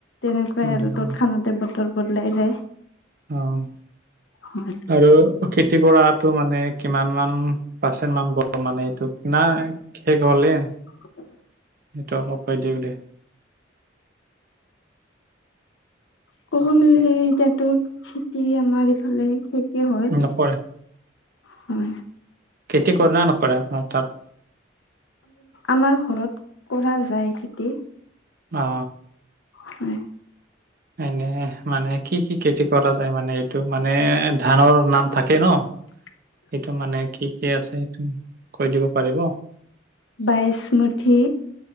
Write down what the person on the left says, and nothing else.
তেনেকুৱাই
আৰু তৎক্ষণা তে বতৰ বদলাই যায়।
হয়
<inaudible>
ক'ব গ'লে, এতিয়াতো খেতি আমাৰ ইফালে শেষে হ'ল,
হয়।
আমাৰ ঘৰত কৰা যায় খেতি।
হয়।
<inaudible>
বাইচমুঠি